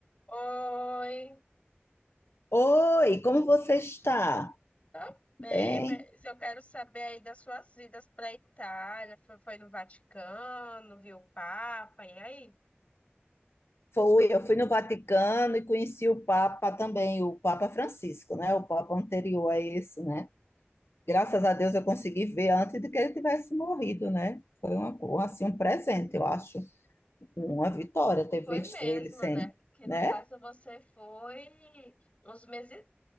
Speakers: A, on the left; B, on the left.
A: Oi,
B: Oi, como você está?
A: tá bem,
B: Bem,
A: mas eu quero saber aí das suas idas para Itália. Foi, foi no Vaticano, viu o Papa, e aí?
B: foi, eu fui no Vaticano e conheci o Papa também, o Papa Francisco, né? O Papa anterior a esse, né? Graças a Deus eu consegui ver antes de que ele tivesse morrido, né? Foi uma, um, assim, um presente, eu acho, uma vitória ter visto
A: Foi mesmo,
B: ele sem,
A: né? Que
B: né?
A: no caso você foi uns meses,